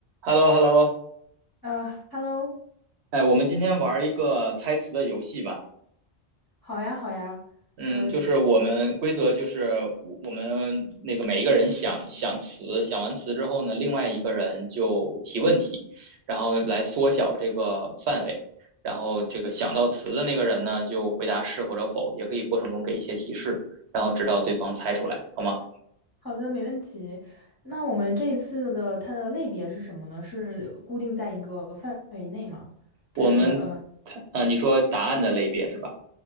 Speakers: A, on the right (about 75°); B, on the left (about 25°).
A: h e l l o h e l l o
B: 呃，Hello，
A: 哎，我们今天玩一个猜词的游戏吧。
B: 好呀，好呀，
A: 嗯，
B: 呃，
A: 就是我们规则就是我我们那个每一个人想想词，想完词之后呢，另外一个人就提问题，然后来缩小这个范围。然后这个想到词的那个人呢，就回答是或者否，也可以过程中给一些提示，然后直到对方猜出来，好吗？
B: 好的，没问题。那我们这一次的它的类别是什么呢？是固定在一个范围内吗？
A: 我们猜，
B: 就是呃
A: 呃，你说答案的类别是吧？